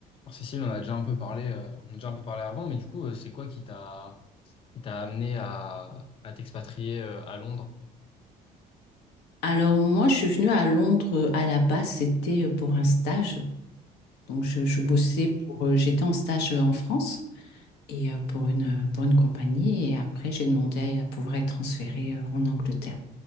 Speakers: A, on the left (about 35°); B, on the left (about 85°).
A: Alors, Cécile, on en a déjà un peu parlé, euh, on a déjà un peu parlé avant, mais du coup, euh, c'est quoi qui t'a qui t'a amené à, à t'expatrier euh, à Londres?
B: Alors moi, je suis venue à Londres euh, à la base, c'était euh, pour un stage. Donc je, je
A: Ok,
B: bossais pour, euh, j'étais en stage euh, en France et euh, pour une euh, pour une compagnie et après j'ai demandé à pouvoir être transférée euh, en Angleterre.